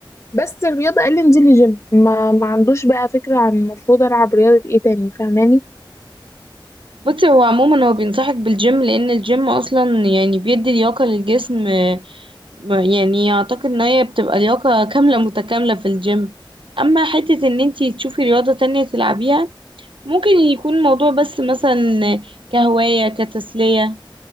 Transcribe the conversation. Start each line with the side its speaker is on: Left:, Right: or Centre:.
Left: بس الرياضة قال لي انزلي جيم ما ما عندوش بقى فكرة عن المفروض العب رياضة ايه تاني فاهماني
Right: بصي هو عموما هو بينصحك بالجيم لان الجيم اصلا يعني بيدي لياقه للجسم آه، ما- يعني اعتقد ان هي بتبقى لياقه كامله متكامله في الجيم اما حته ان انتي تشوفي رياضه تانية تلعبيها ممكن يكون الموضوع بس مثلا كهوايه كتسليه